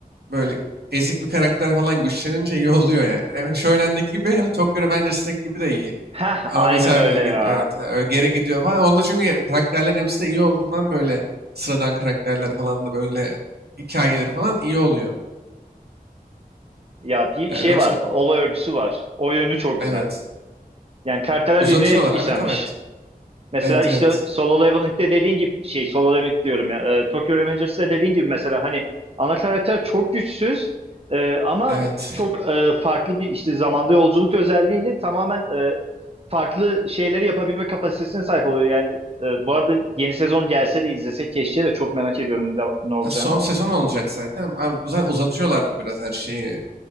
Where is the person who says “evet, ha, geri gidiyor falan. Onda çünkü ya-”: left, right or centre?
Right